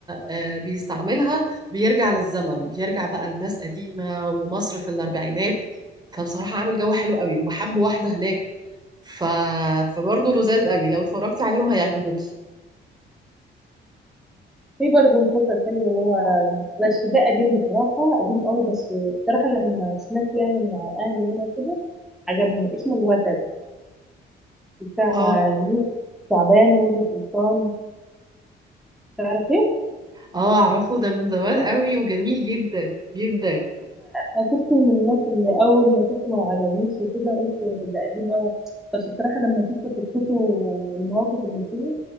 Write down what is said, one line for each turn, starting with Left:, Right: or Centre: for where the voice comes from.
Right: آه، بيستعملها بيرجع للزمن بيرجع بقى لناس قديمة ومصر في الاربعينات فبصراحة عامل جو حلو قوي وبحب واحدة هناك ف... فبرضه لذاذ قوي لو اتفرجتي عليهم هيعجبوكي
Centre: في برضه مسلسل حلو اللي هو بس ده قديم بصراحه قديم قوي بس بصراحه لما سمعت يعني مع اهلي هنا كده عجبني اسمه الوتد بتاع
Right: اه
Centre: يوسف شعبان وهدى سلطان تعرف ايه؟
Right: اه اعرفه ده من زمان قوي وجميل جدا جدا
Centre: انا كنت من الناس اللي اول ما شفته ما عجبنيش وكده قلت ده قديم قوي بس بصراحه لما شفت قصته والمواقف اللي فيه